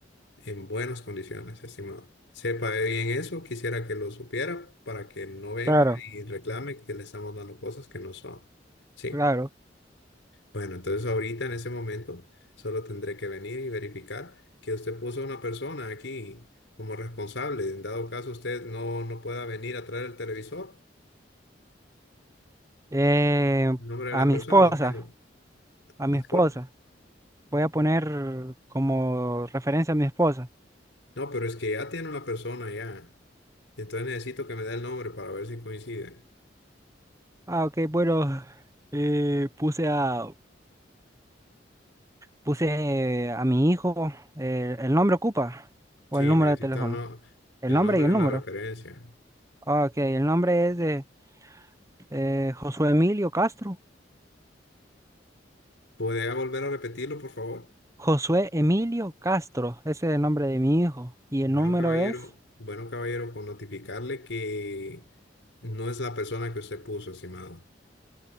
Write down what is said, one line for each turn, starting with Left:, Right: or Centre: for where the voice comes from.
Left: en buenas condiciones, estimado. Sepa bien eso, quisiera que lo supiera para que no venga
Right: Claro,
Left: y reclame que le estamos dando cosas que no son. Sí.
Right: claro.
Left: Bueno, entonces ahorita en ese momento solo tendré que venir y verificar que usted puso a una persona aquí como responsable. En dado caso usted no, no pueda venir a traer el televisor,
Right: Eh,
Left: el nombre de
Right: a
Left: la
Right: mi
Left: persona
Right: esposa,
Left: lo tengo.
Right: a
Left: Disculpe.
Right: mi esposa. Voy a poner como referencia a mi esposa.
Left: No, pero es que ya tiene una persona ya. Y Entonces necesito que me dé el nombre para ver si coincide.
Right: Ah, ok, bueno. eh, puse a, puse a mi hijo. eh, ¿el nombre ocupa? ¿O
Left: Sí,
Right: el número
Left: necesito
Right: de teléfono?
Left: el, no-
Right: El
Left: el
Right: nombre
Left: nombre
Right: y el
Left: de
Right: número.
Left: la referencia.
Right: Ah, ok, el nombre es de eh, Josué Emilio Castro.
Left: ¿Podría volver a repetirlo, por favor?
Right: Josué Emilio Castro, ese es el nombre de mi hijo. Y
Left: Bueno,
Right: el número
Left: caballero,
Right: es,
Left: bueno, caballero, con notificarle que no es la persona que usted puso, estimado.